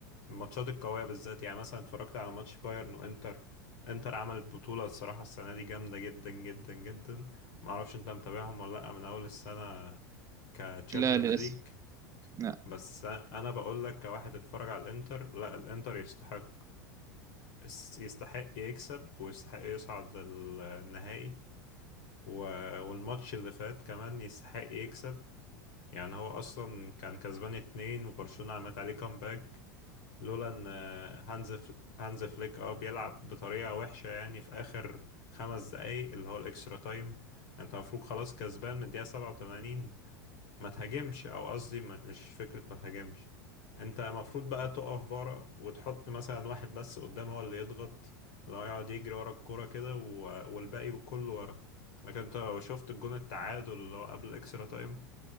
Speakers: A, on the left (about 65°); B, on the right (about 30°).
A: الماتشات القوية بالذات يعني مثلا اتفرجت على ماتش بايرن وانتر انتر عمل بطولة الصراحة السنة دي جامدة جدا جدا جدا معرفش انت متابعهم ولا لأ من أول السنة كتشامبيونز
B: لا للاسف
A: ليج
B: لا
A: بس أنا بقول لك كواحد اتفرج على الانتر لا الانتر يستحق يس- يستحق يكسب ويستحق يصعد للنهائي و... والماتش اللي فات كمان يستحق يكسب يعني هو أصلا كان كسبان اتنين وبرشلونة عملت عليه كامباك لولا ان هانز فل- هانز فليك اه بيلعب بطريقة وحشة يعني في اخر خمس دقايق اللي هو الاكسترا تايم انت المفروض خلاص كسبان من الدقيقة 87 ما تهاجمش او قصدي ما- مش فكرة ما تهاجمش انت المفروض بقى تقف ورا وتحط مثلا واحد بس قدام هو اللي يضغط لو يقعد يجري ورا الكورة كده و- والباقي كله ورا لكن انت لو شفت الجون التعادل اللي هو قبل الاكسترا تايم